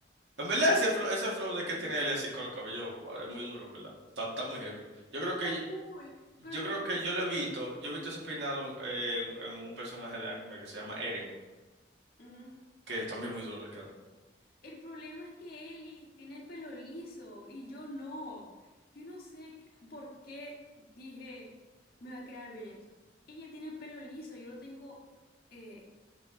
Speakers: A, on the right; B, on the left.
A: En verdad, ese flow, ese flow de que tiene él así con el cabello va, es muy duro, en verdad. Está, está muy heavy. Yo creo
B: Está
A: que
B: cool.
A: Yo
B: Pero lo
A: creo
B: que
A: que
B: pasa
A: yo
B: es
A: lo
B: que.
A: he visto, yo he visto
B: Ujú,
A: ese peinado eh, en, en un personaje de anime que se llama Eren,
B: ujú.
A: que es también muy duro de cara.
B: El problema es que Eli tiene el pelo liso y yo no. Yo no sé por qué dije, me va a quedar bien eso. Ella tiene el pelo liso, yo lo tengo eh,